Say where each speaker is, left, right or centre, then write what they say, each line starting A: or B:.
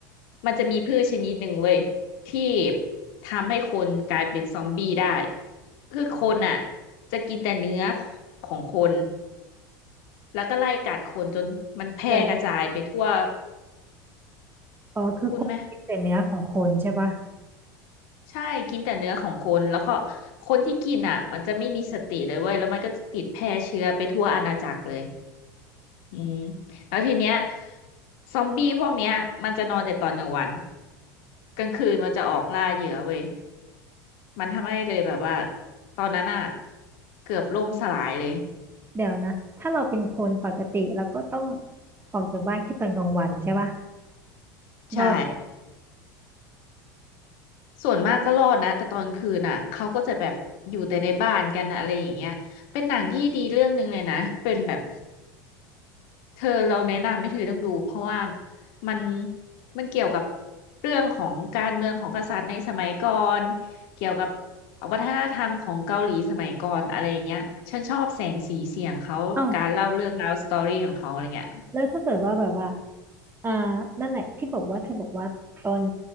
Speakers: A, on the left; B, on the right.
A: มันจะมีพืชชนิดหนึ่งเว้ยที่ทำให้คนกลายเป็นซอมบี้ได้คือคนอ่ะจะกินแต่เนื้อของคนแล้วก็ไล่กัดคนจนมันแพร่กระจายไปทั่ว
B: เดี๋ยวนะอ๋อคือคนคิดแต่เนื้อของคนใช่ปะ
A: คุณไหมใช่กินแต่เนื้อของคนแล้วก็คนที่กินอ่ะมันจะไม่มีสติเลยเว้ยแล้วมันก็ติดแพร่เชื้อไปทั่วอาณาจักรเลย อืมแล้วทีเนี้ยซอมบี้พวกเนี้ยมันจะนอนแต่ตอนกลางวันกลางคืนมันจะออกล่าเหยื่อเว้ยมันทำให้เลยแบบว่าตอนนั้นอ่ะเกือบล่มสลายเลย
B: เดี๋ยวนะ ถ้าเราเป็นคนปกติเราก็ต้องออกจากบ้านแค่ตอนกลางวันใช่ปะ
A: ใช่
B: รอดไหม
A: ส่วนมากก็รอดนะแต่ตอนคืนน่ะเขาก็จะแบบอยู่แต่ในบ้านกันนะอะไรอย่างเงี้ยเป็นหนังที่ดีเรื่องหนึ่งเลยนะเป็นแบบเธอเราแนะนำให้เธอต้องดูเพราะว่ามันมันเกี่ยวกับเรื่องของการเมืองของกษัตริย์ในสมัยก่อนเกี่ยวกับวัฒนธรรมของเกาหลีสมัยก่อนอะไรอย่างเงี้ยฉันชอบแสงสีเสียงเขาการเล่าเรื่องราวสตอรี่ของเขาอะไรเงี้ย
B: เอ้าแล้วถ้าเกิดว่าแบบว่า อ่านั่นแหละที่บอกว่าเธอบอกว่าตอน